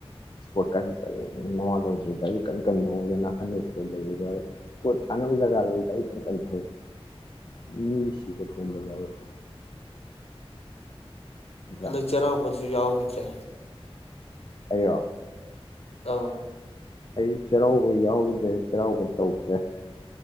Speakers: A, on the left (about 50°); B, on the left (about 75°).
A: ꯏꯁꯄꯣꯔꯠꯀꯁꯤ ꯀꯔꯤꯝ ꯃꯋꯥ ꯂꯧꯗ꯭ꯔꯤ ꯒꯥꯔꯤ ꯀꯟ ꯀꯟ ꯊꯧꯕꯗ ꯅꯥꯀꯟꯗ ꯏꯁꯄꯣꯔꯠ ꯂꯩꯔꯤꯕ ꯏꯁꯄꯣꯔꯠ ꯁꯥꯟꯅꯕ ꯖꯒꯥꯗ ꯒꯥꯔꯤ ꯀꯟ ꯀꯟꯅ ꯊꯧꯋꯦ ꯃꯤ ꯁꯤꯕ ꯊꯣꯝꯕ ꯌꯥꯔꯤꯁꯦ ꯅꯠꯇ꯭ꯔꯥ
B: ꯍꯟꯗꯛ ꯆꯩꯔꯥꯎꯕꯗ ꯨ <unintelligible> ꯌꯥꯎꯈꯤꯗ꯭ꯔꯦ
A: ꯑꯩꯔꯣ
B: ꯑꯧ
A: ꯑꯩ ꯆꯩꯔꯥꯎꯕ ꯌꯥꯎꯗ꯭ꯔꯦ ꯆꯩꯔꯥꯎꯕ ꯇꯧꯗ꯭ꯔꯦ